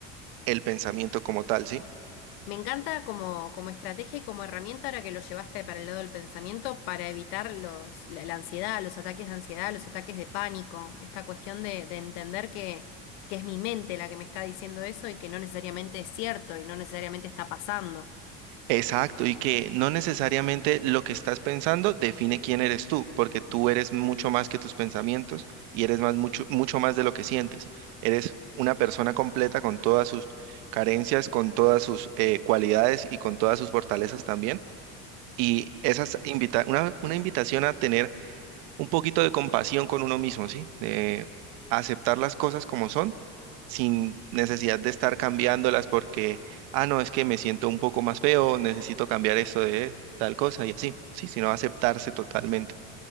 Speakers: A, on the right (about 70°); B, on the left (about 80°).
A: el pensamiento como tal, ¿sí?
B: Me encanta como, como estrategia y como herramienta ahora que lo llevaste para el lado del pensamiento para evitar los, la, la ansiedad, los ataques de ansiedad, los ataques de pánico, esta cuestión de, de entender que, que es mi mente la que me está diciendo eso y que no necesariamente es cierto y no necesariamente está pasando.
A: Exacto, y que no necesariamente lo que estás pensando define quién eres tú, porque tú eres mucho más que tus pensamientos y eres más mucho, mucho más de lo que sientes. Eres una persona completa con todas sus carencias, con todas sus eh, cualidades y con todas sus fortalezas también. Y esas invita una, una invitación a tener un poquito de compasión con uno mismo, ¿sí? De aceptar las cosas como son, sin necesidad de estar cambiándolas porque, ah, no, es que me siento un poco más feo, necesito cambiar esto de tal cosa y así, sí, sino aceptarse totalmente.